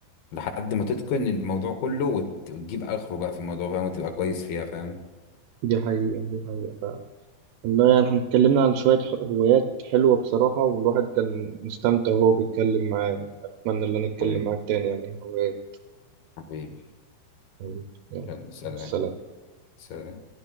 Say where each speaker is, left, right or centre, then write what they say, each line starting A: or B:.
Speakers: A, on the left; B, on the right.
A: لحد ما تتقن الموضوع كله وت- وتجيب اخره بقى في الموضوع فاهم وتبقى كويس فيها فاهم
B: دي حقيقة دي حقيقة فعلا والله يعني احنا اتكلمنا عن شوية ح- هوايات حلوة بصراحة والواحد كان مستمتع وهو بيتكلم معايا أتمنى إن أنا أتكلم
A: حبيبي
B: معاك تاني يعني هوايات
A: حبيبي
B: يعني يلا،
A: يلا سلام
B: مع السلامة
A: سلام